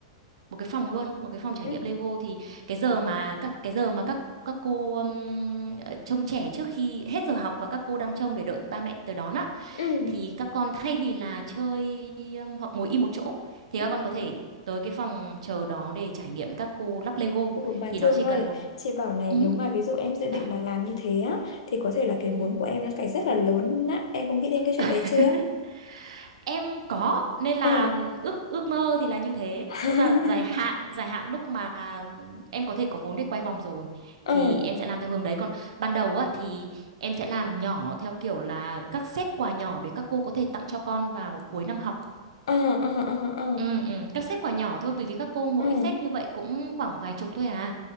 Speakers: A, on the right (about 80°); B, on the left (about 75°).
A: một cái phòng luôn, một cái phòng trải
B: ừ
A: nghiệm Lego thì cái giờ mà các cái giờ mà các các cô um, ờ, trông trẻ trước khi hết giờ học và các cô đang trông để đợi ba mẹ tới đón á
B: ừ
A: thì các con thay vì là chơi um, hoặc ngồi im một chỗ thì
B: ừ
A: các con có thể tới cái phòng chờ đó để trải nghiệm các khu lắp Lego
B: Ủa, bà
A: thì
B: Thương
A: nó chỉ cần
B: ơi,
A: một
B: chị bảo này
A: ừ,
B: nếu mà ví dụ em dự định
A: Dạ.
B: mà làm như thế á thì có thể là cái
A: ừ.
B: vốn của em nó phải rất là lớn á, em có nghĩ đến cái chuyện
A: <laughs>
B: đấy chưa?
A: Em có nên là
B: Ừ.
A: ước ước mơ thì là như thế,
B: <laughs>
A: tức là dài hạn, dài hạn lúc mà em có thể có vốn để quay vòng rồi
B: Ừ,
A: thì em sẽ làm theo hướng đấy còn ban đầu á thì em sẽ làm nhỏ theo kiểu là các set quà nhỏ để các cô có thể tặng cho con vào cuối năm học.
B: ừ, ừ, ừ, ừ,
A: Ừ, ừ, các set quà nhỏ thôi bởi vì các cô mỗi
B: ừ,
A: set như vậy cũng khoảng vài chục thôi à